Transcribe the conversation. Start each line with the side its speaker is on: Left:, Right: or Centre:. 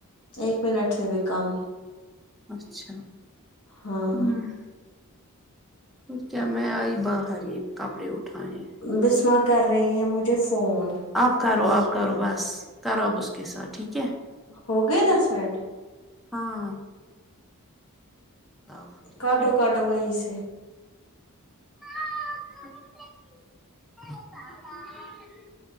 Left: ایک منٹ سے بھی کم
Centre: اچھا
Left: ہاں
Centre: ہمم پھر کیا میں آئی باہر یہ کپڑے اٹھانے
Left: بسمہ کر رہی ہے مجھے فون
Centre: اب کرو اب کرو بس کرو اب اس کے ساتھ ٹھیک ہے
Left: ہو گئے دس منٹ
Centre: ہاں اب ٹھیک
Left: کاٹو
Centre: ہے
Left: کاٹو وہی سے
Centre: ہاں <unintelligible>